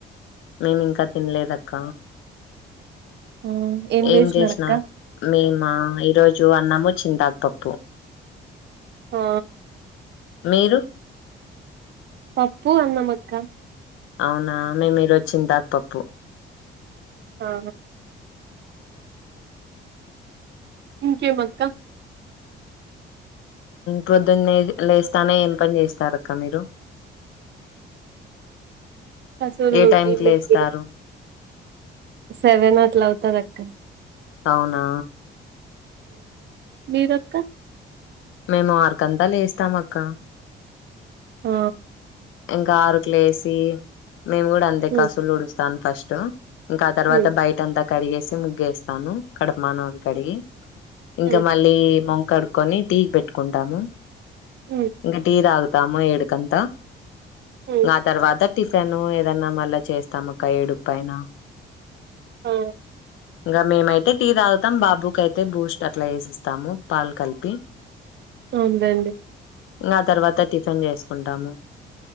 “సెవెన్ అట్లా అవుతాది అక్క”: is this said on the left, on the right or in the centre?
Right